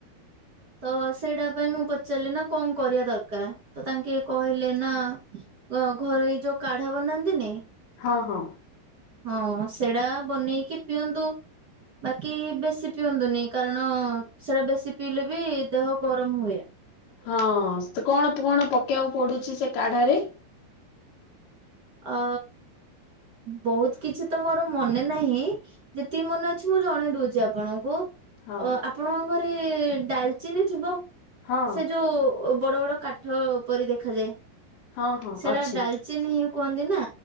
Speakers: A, on the right (about 35°); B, on the left (about 70°).
A: ତ ସେଇଟା ପାଇଁ ମୁଁ ପଚାରିଲି ନା କଣ କରିବା ଦରକାର ତ ତାଙ୍କେ କହିଲେ ନା ଘ-ଘରୋଇ ଯୋଉ କାଢା ବନାନ୍ତିନି
B: ହଁ ହଁ।
A: ହଁ ସେଇଟା ବନେଇକି ପିଅନ୍ତୁ। ବାକି ବେଶୀ ପିଅନ୍ତୁନି କାରଣ ସେଟା ବେଶୀ ପିଇଲେ ବି ଦେହ ଗରମ ହୁଏ।
B: ହଁ ସେତ କଣ କଣ ପକେଇବାକୁ ପଡୁଚି ସେ କାଢାରେ?
A: ଆ ବହୁତ କିଛି ତ ମୋର ମନେ ନାହିଁ ଯେତିକି ମନେ ଅଛି ମୁଁ ଜଣେଇ ଦଉଛି ଆପଣଙ୍କୁ।
B: ହଁ
A: ଅ ଆପଣଙ୍କ ଘରେ ଡାଲଚିନି ଥିବ
B: ହଁ
A: ସେ ଯୋଉ ବଡ ବଡ କାଠ ପରି ଦେଖାଯାଏ।
B: ହଁ ହଁ
A: ସେଟା
B: ଅଛି
A: ଡାଲଚିନି ହିଁ କୁହନ୍ତି ନା।